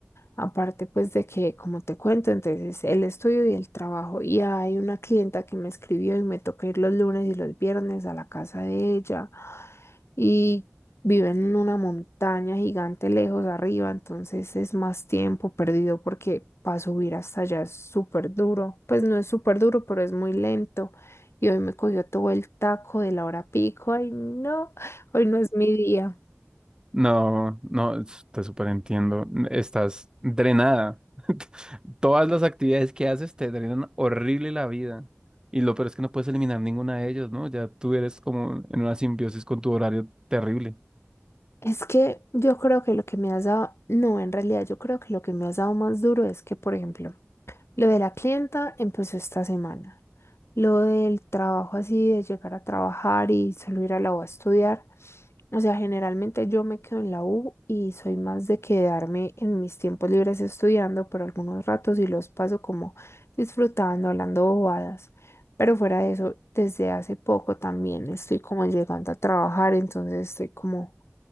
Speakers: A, on the left; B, on the right.
A: Aparte, pues de que, como te cuento, entonces el estudio y el trabajo. Y hay una clienta que me escribió y me toca ir los lunes y los viernes a la casa de ella. Y vive en una montaña gigante lejos arriba, entonces es más tiempo perdido porque para subir hasta allá es súper duro. Pues no es súper duro, pero es muy lento. Y hoy me cogió todo el taco de la hora pico. Ay, no, hoy no es mi día.
B: No, no, s- te superentiendo. Estás drenada. Todas las actividades que haces te drenan horrible la vida. Y lo peor es que no puedes eliminar ninguna de ellas, ¿no? Ya tú eres como en una simbiosis con tu horario terrible.
A: Es que yo creo que lo que me has dado, no, en realidad yo creo que lo que me has dado más duro es que, por ejemplo, lo de la clienta empezó esta semana. Lo del trabajo así, de llegar a trabajar y solo ir a la U a estudiar. O sea, generalmente yo me quedo en la U y soy más de quedarme en mis tiempos libres estudiando por algunos ratos y los paso como disfrutando, hablando bobadas. Pero fuera de eso, desde hace poco también estoy como llegando a trabajar, entonces estoy como